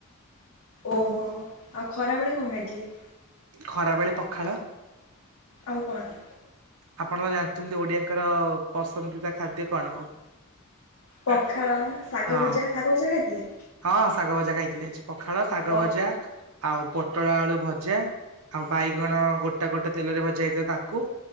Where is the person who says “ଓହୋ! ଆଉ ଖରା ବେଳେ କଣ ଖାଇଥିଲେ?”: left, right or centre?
Left